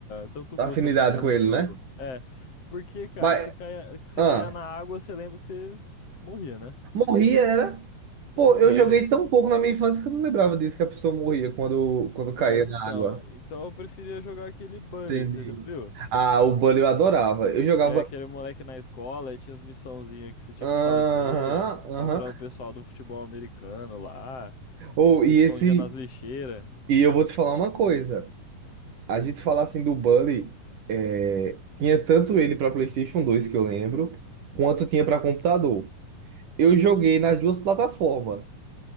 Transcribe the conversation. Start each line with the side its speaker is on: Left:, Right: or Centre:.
Left: tanto
Right: tá
Left: gosto
Right: afinidade
Left: assim pelo
Right: com ele,
Left: jogo.
Right: né?
Left: É, porque, cara,
Right: Mas,
Left: você caia, você
Right: ah.
Left: caia na água, você lembra que você morria, né?
Right: Morria, era.
Left: E
Right: Pô,
Left: morria.
Right: eu joguei tão pouco na minha infância que eu não lembrava disso, que a pessoa morria quando, quando caía
Left: Cara,
Right: na
Left: então,
Right: água.
Left: então eu preferia jogar aquele Bully,
Right: Entendi.
Left: você já viu?
Right: Ah, o Bully eu adorava. Eu jogava.
Left: Que é aquele moleque na escola e tinha as missãozinhas que você tinha
Right: Aham,
Left: que fazer
Right: aham.
Left: contra o pessoal do futebol americano lá.
Right: Ou, e
Left: Se escondia
Right: esse.
Left: nas lixeiras.
Right: E eu vou te falar uma coisa. A gente falar assim do Bully, é, tinha tanto ele pra PlayStation 2 que eu lembro, quanto tinha pra computador. Eu
Left: Sim.
Right: joguei nas duas plataformas.